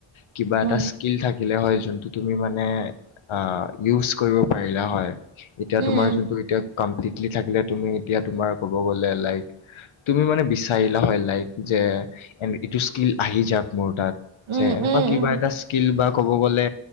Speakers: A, on the left; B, on the right.
A: কিবা এটা
B: উম
A: স্কিল থাকিলে হয় যোনটো তুমি মানে আহঁ ইউজ কৰিব পাৰিলে হয়, এতিয়া
B: উম
A: তোমাৰ যোনটো এতিয়া কমপ্লিটলি থাকিলে তুমি এতিয়া তোমাৰ ক'ব গ'লে লাইক তুমি মানে বিচাৰিলা হয় লাইক, যে এ এইটো স্কিল আহি যাক মোৰ তাত।
B: উম
A: যে এনেকুৱা
B: উম উম
A: কিবা
B: উম
A: এটা স্কিল বা ক'ব গলে